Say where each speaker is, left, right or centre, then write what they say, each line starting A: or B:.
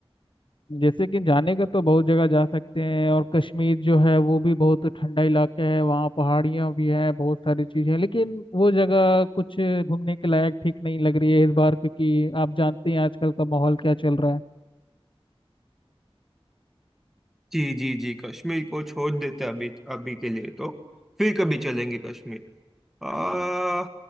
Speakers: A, on the left (about 55°); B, in the centre.
A: जैसे कि जाने का तो बहुत जगह जा सकते हैं और कश्मीर जो है वो भी बहुत ठंडा इलाका है वहाँ पहाड़ियाँ भी हैं बहुत सारी चीज़ें हैं लेकिन वो जगह कुछ घूमने के लायक ठीक नहीं लग रही है इस बार क्योंकि आप जानते हैं आजकल का माहौल क्या चल रहा है
B: जी जी जी कश्मीर को छोड़ देते अभी अभी के लिए तो फिर कभी चलेंगे कश्मीर आ